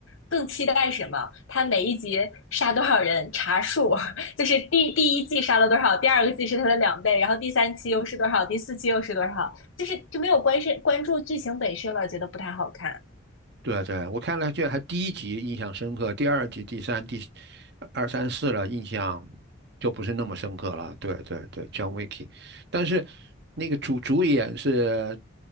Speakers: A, on the left (about 85°); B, on the right (about 55°).
A: 更期待什么？他每一集杀多少人查数，<laughs> 就是第第一季杀了多少，第二个季是他的两倍，然后第三期又是多少，第四期又是多少，就是就没有关是关注剧情本身了，觉得不太好看。
B: 对啊对啊，我看了，这还第一集印象深刻，第二集、第三、第二三四了，印象就不是那么深刻了。对对对，John Wick，但是那个主主演是